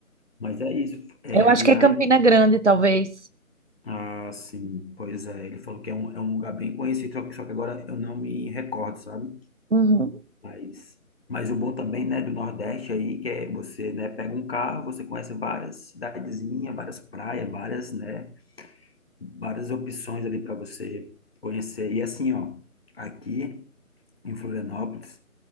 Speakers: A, on the left; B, on the right.
A: Mas é isso, é,
B: Eu acho
A: viagem.
B: que é Campina Grande, talvez.
A: Ah, sim, pois é. Ele falou que é um, é um lugar bem conhecido, só que, só que agora eu não me recordo, sabe?
B: Uhum.
A: Mas, mas o bom também, né, do Nordeste aí, que é você, né, pega um carro, você conhece várias cidadezinhas, várias praias, várias, né, várias opções ali para você conhecer. E assim, ó, aqui em Florianópolis,